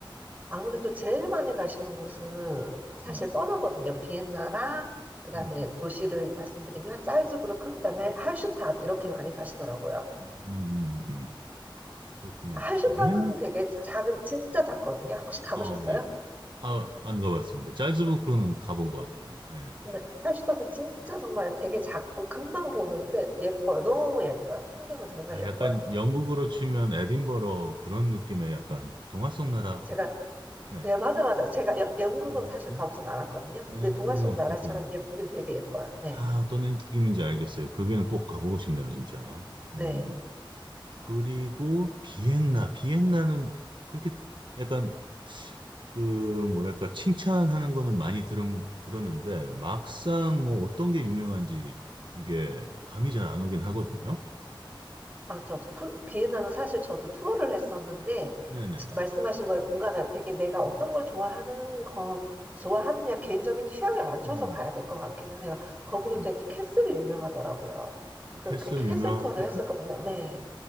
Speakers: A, on the right; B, on the right.
A: 아무래도 제일 많이 가시는 곳은 사실
B: 음,
A: 뻔하거든요. 비엔나랑 그다음에
B: 음,
A: 도시를 말씀드리면 짤즈부르크 그다음에 할슈타드 이렇게 많이 가시더라고요.
B: 음, 음, 음. 그렇구나.
A: 할슈타드는
B: 비엔?
A: 되게 작은 진짜 작거든요. 혹시 가보셨어요?
B: 어, 예. 아, 안 가봤습니다. 짤즈부크는 가본 것 같아요. 예.
A: 근데 할슈타드 진짜 정말 되게 작고 금방 보는데 예뻐요. 너무 예뻐요. 풍경은 정말
B: 아,
A: 예뻐요.
B: 약간 영국으로 치면 에딘버러 그런 느낌의 약간 동화 속 나라.
A: 제가
B: 네.
A: 네, 맞아 맞아. 제가 여- 영국은
B: 음.
A: 사실 가보진 않았거든요.
B: 어,
A: 근데 동화 속 나라처럼
B: 그렇구나.
A: 예쁘긴 되게 예뻐요. 네.
B: 아, 어떤 느낌인지 알겠어요. 거기는 꼭 가보고 싶네요, 진짜.
A: 네.
B: 음. 그리고 비엔나. 비엔나는 그렇게 약간 그 뭐랄까 칭찬하는 거는 많이 들 들었는데 막상 뭐 어떤 게 유명한지 이게 감이 잘 안 오긴 하거든요.
A: 맞아, 저아 프로- 비엔나는 사실 저도 투어를 했었는데,
B: 네네네.
A: 말씀하신 거에 공감이 되게 내가 어떤 걸 좋아하는 건, 좋아하느냐, 개인적인 취향에 맞춰서
B: 음,
A: 가야 될 것 같기는 해요. 거기는
B: 음.
A: 되게 캐슬이 유명하더라고요. 그,
B: 캐슬
A: 그 캐슬
B: 유명하고
A: 투어를 했었거든요. 네.